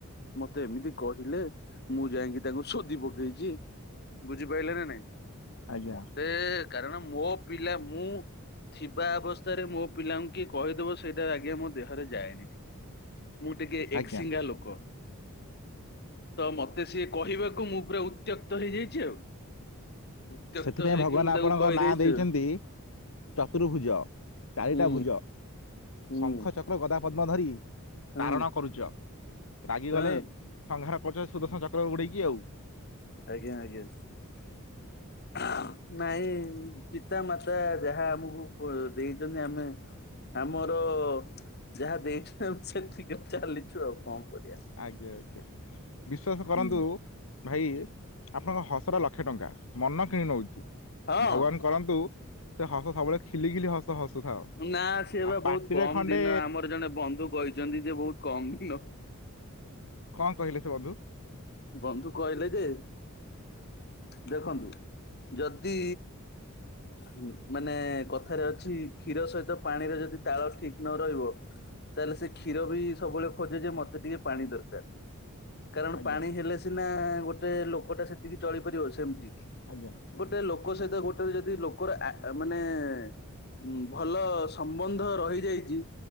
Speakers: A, on the left; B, on the left.
A: ମତେ ଏମିତି କହିଲେ ମୁଁ ଯାଇକି ତାଙ୍କୁ ସୋଧି ପକେଇଛି। ବୁଝିପାରିଲେ ନା ନାଇଁ।
B: ଆଜ୍ଞା
A: ମତେ କାରଣ ମୋ ପିଲା ମୁଁ। ଥିବା ଅବସ୍ଥାରେ ମୋ ପିଲାଙ୍କୁ କିଏ କହିଦବ ସେଇଟା ଆଜ୍ଞା ମୋ ଦେହରେ ଯାଏନି। ମୁଁ ଟିକେ ଏକ
B: ଆଜ୍ଞା।
A: ସିଙ୍ଗା ଲୋକ। ତ ମତେ ସିଏ କହିବାକୁ ମୁଁ ପୁରା ଉତ୍ତ୍ୟକ୍ତ ହେଇଯାଇଛି ଆଉ। ଉତ୍ୟକ୍ତ
B: ସେଥିପାଇଁ
A: ହେଇକି
B: ଭଗବାନ
A: ମୁଁ
B: ଆପଣଙ୍କ
A: ତାକୁ କହି
B: ନାଁ
A: ଦେଇଛି
B: ଦେଇଛନ୍ତି
A: ଆଉ।
B: ଚତୁର୍ଭୁଜ, ଚାରିଟା
A: ହୁଁ
B: ଭୁଜ।
A: ହୁଁ
B: ଶଙ୍ଖ ଚକ୍ର ଗଦା ପଦ୍ମ ଧରି।
A: ହଁ
B: ତାରଣ କରୁଛ। ରାଗିଗଲେ
A: ହଁ
B: ସଂହାର କରୁଛ ସୁଦର୍ଶନ ଚକ୍ର ଉଡେଇକି ଆଉ।
A: ଆଜ୍ଞା ଆଜ୍ଞା। ନାଇଁ ପିତା ମାତା ଯାହା ଆମକୁ ପ ଦେଇଛନ୍ତି ଆମେ। ଆମର ଯାହା ଦେଇଛନ୍ତି ଆମେ ସେତିକ ରେ ଚାଲିଛୁ ଆଉ କଣ କରିବା।
B: ଆଜ୍ଞା ଆଜ୍ଞା ବିଶ୍ଵାସ କରନ୍ତୁ।
A: ହୁଁ।
B: ଭାଇ, ଆପଣଙ୍କ ହସଟା ଲକ୍ଷେ ଟଙ୍କା, ମନ କିଣି ନଉଛି
A: ହଁ
B: ଭଗବାନ। କରନ୍ତୁ ସେ ହସ ସବୁବେଳେ ଖିଲି ଖିଲି ହସ୍ ସ ହସୁଥାଅ।
A: ନା ସିଏ
B: ଆଉ
A: ବା
B: ପାଟିରେ
A: ବହୁତ କମ
B: ଖଣ୍ଡେ
A: ଦିନ ଆମର ଜଣେ ବନ୍ଧୁ କହିଛନ୍ତି ଯେ ବହୁତ କମ ଦିନ।
B: କଣ କହିଲେ ସେ ବନ୍ଧୁ?
A: ବନ୍ଧୁ କହିଲେ ଯେ। ଦେଖନ୍ତୁ, ଯଦି। ଉଁ ମାନେ କଥାରେ ଅଛି। କ୍ଷୀର ସହିତ ପାଣିର ଯଦି ତାଳ ଠିକ ନ ରହିବ। ତାହେଲେ ସେ କ୍ଷୀରବି ସବୁବେଳେ ଖୋଜେ ଯେ ମତେ ଟିକେ ପାଣି ଦରକାର। କାରଣ
B: ଆଜ୍ଞା
A: ପାଣି ହେଲେ ସିନା ଗୋଟେ ଲୋକଟା ସେତିକି ଚଳିପାରିବ ସେମିତି।
B: ଆଜ୍ଞା।
A: ଗୋଟେ ଲୋକ ସହିତ ଗୋଟେ ଯଦି ଲୋକର ଆ ମାନେ ଉଁ ଭଲ ସମ୍ବନ୍ଧ ରହିଯାଇଛି।